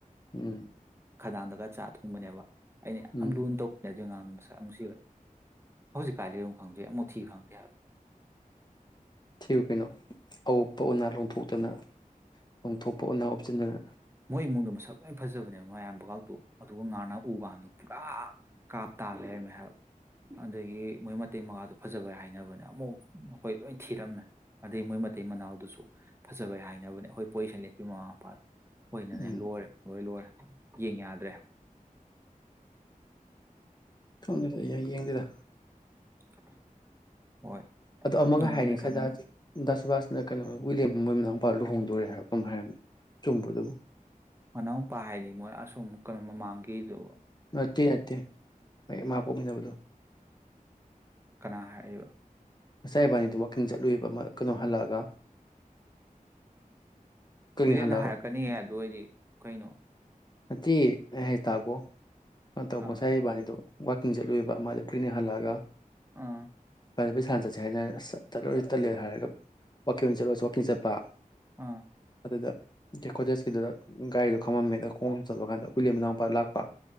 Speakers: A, on the left; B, on the right.
A: ꯎꯝ
B: ꯈꯗꯥꯡꯗꯒ ꯆꯥ ꯊꯣꯡꯕꯅꯦꯕ ꯑꯩꯅ ꯌꯥꯝ
A: ꯎꯝ
B: ꯂꯨꯅ ꯇꯧꯃꯤ ꯑꯗꯨꯏ ꯑꯥꯉꯥꯡꯗꯨ ꯃꯁꯥꯛ ꯅꯨꯡꯁꯤꯕ ꯍꯧꯖꯤꯛ ꯀꯥꯏꯗ ꯂꯩꯝꯅ‌ꯣ ꯈꯪꯗ‌ꯦ ꯑꯃꯨꯛ ꯊꯤꯕ ꯈꯪꯗꯦ ꯍꯥꯏꯕ
A: ꯊꯤꯌꯨ ꯀꯩꯅꯣ ꯑꯋꯨꯞꯄ ꯎꯅꯥ ꯂꯣꯡꯊꯣꯛꯇꯅ ꯂꯪꯊꯣꯛꯄ ꯑꯣꯅꯥ ꯍꯥꯞꯆꯤꯟꯗꯅ
B: ꯃꯣꯏ ꯏꯃꯨꯡꯗ ꯃꯁꯛ ꯂꯣꯏ ꯐꯖꯕꯅꯦꯕ ꯃꯌꯥꯝꯕꯒꯥꯛꯇꯨ ꯑꯗꯨꯒ ꯉꯥꯅ ꯎ ꯀꯥꯟꯗꯣ ꯄꯨꯔꯥ ꯀꯥꯞ ꯇꯥꯜꯂꯦ ꯍꯥꯏꯔꯝꯃꯦ ꯍꯥꯏꯕ ꯑꯗꯒꯤ ꯃꯣꯏ ꯃꯇꯩ ꯃꯒꯥꯗꯨꯣ ꯐꯖꯕꯩ ꯍꯥꯏꯅꯕꯅꯦ ꯑꯃꯨꯛ ꯑꯩꯈꯣꯏ ꯂꯣꯏ ꯊꯤꯔꯝꯃꯦ ꯑꯗꯩ ꯃꯣꯏ ꯃꯇꯩ ꯃꯅꯥꯎꯗꯨꯁꯨ ꯐꯖꯕꯩ ꯍꯥꯏꯅꯕꯅꯦ ꯑꯩꯈꯣꯏ ꯄꯣꯖꯤꯁꯟ ꯂꯦꯞꯄꯤ ꯃꯃꯥ ꯃꯄꯥꯗꯣ ꯍꯣꯏꯅꯅꯦ
A: ꯎꯝ
B: ꯂꯣꯏꯔꯦ ꯂꯣꯏ ꯂꯣꯏꯔꯦ ꯌꯦꯡ ꯌꯥꯗ꯭ꯔꯦ ꯍꯥꯏꯕ
A: ꯈꯪꯅꯁ ꯑꯩ ꯌꯦꯡꯗꯦꯗ
B: <inaudible>
A: ꯑꯗꯣ ꯑꯃꯒ
B: ꯅꯪꯕꯨꯗꯤ
A: ꯍꯥꯏꯔꯤ ꯉꯁꯥꯏ
B: ꯈꯪꯉꯝꯃꯅꯤ
A: ꯗꯁꯕꯥ ꯀꯩꯅꯣ ꯋꯤꯂꯤꯌꯝ ꯃꯣꯏ ꯃꯅꯥꯎ ꯃꯨꯄꯥ ꯂꯨꯍꯣꯡꯗꯣꯔꯦ ꯍꯥꯏꯕ ꯑꯗꯨꯝ ꯍꯥꯏꯔꯝꯃꯤ ꯆꯨꯝꯕꯗꯨꯕꯨ
B: ꯃꯅꯥꯎꯄꯥ ꯍꯥꯏꯗꯤ ꯃꯣꯏ ꯑꯁꯣꯝ ꯀꯩꯅꯣꯝꯃ ꯃꯥꯡꯈꯤꯗꯨ
A: ꯃꯇ ꯍꯣꯏ ꯃꯥꯄꯣꯃꯤꯅꯦꯕꯗꯨꯣ
B: ꯀꯅꯥ ꯍꯥꯏꯔꯤꯕ
A: ꯃꯆꯥ ꯏꯕꯥꯅꯤꯗ ꯋꯥꯛꯀꯤꯡ ꯆꯠꯂꯨꯏꯕ ꯀꯩꯅꯣ ꯍꯜꯂꯛꯑꯒ ꯀꯔꯤꯡ
B: ꯍꯨꯏꯔꯦꯝꯞꯅ
A: ꯍꯜꯂꯛꯑꯒ
B: ꯍꯥꯏꯔꯛꯀꯅꯤꯍ ꯑꯗꯨ ꯑꯣꯏꯗꯤ ꯀꯩꯅꯣ
A: ꯠꯇ ꯍꯦ ꯇꯀꯣ ꯍ ꯇ ꯃꯁꯥꯏꯕꯥꯥꯟꯗꯣ
B: ꯑꯥ
A: ꯋꯥꯛꯀꯤꯡ ꯆꯠꯂꯨꯕ ꯃꯥꯥꯏꯗ ꯀ꯭ꯂꯤꯅꯤꯛ ꯍꯜꯂꯛꯑꯒ
B: ꯑ
A: ꯃꯄꯩ ꯁꯥꯟꯅ ꯆꯠꯁꯦ ꯍꯥꯏꯗꯅ ꯇꯠꯂꯨꯔꯁꯨ ꯇꯠꯂꯦꯅ ꯍꯥꯏꯔꯒ ꯋꯀꯤꯡ ꯑꯣꯏꯅ ꯆꯠꯂꯨꯔꯁꯤ ꯥꯛꯀꯤꯡ ꯆꯠꯄ
B: ꯑꯥ
A: ꯑꯗꯨꯗ ꯦꯀꯣꯇꯦꯁꯀꯤꯗꯨꯗ ꯒꯥꯔꯤꯗꯣ ꯈꯝꯃꯝꯃꯦꯗ ꯈꯣꯡ ꯆꯠꯄ ꯀꯥꯟꯗ ꯎꯂꯦꯝ ꯃꯅꯥꯡꯄꯥ ꯂꯥꯛꯄ